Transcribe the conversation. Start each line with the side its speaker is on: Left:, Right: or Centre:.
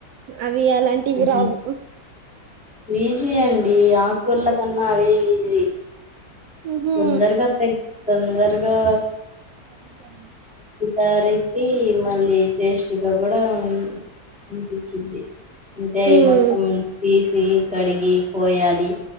Right: అవి అలాంటివి
Centre: మ్హూ
Right: రావు
Centre: ఈజీ అండి ఆకూర్ల కన్నా అవే ఈజీ
Right: ఉహు
Centre: తొందరగా తె తొందరగా
Right: మరి చాల
Centre: తరికి మళ్ళీ టేస్ట్ దగ్గర ఆ అనిపించింది అంటె అవి
Right: ఉమ్
Centre: మొత్తం తీసి కడిగి కొయాలి